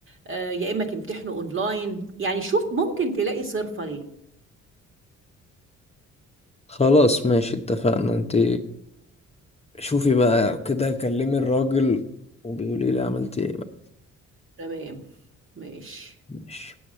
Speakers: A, on the right; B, on the left.
A: آه، يا إما تمتحنه أونلاين يعني شوف ممكن تلاقي صرفة ليه
B: خلاص ماشي اتفقنا انت شوفي بقى كده كلمي الراجل وبيقولي لي عملت ايه بقى
A: تمام ماشي
B: ماشي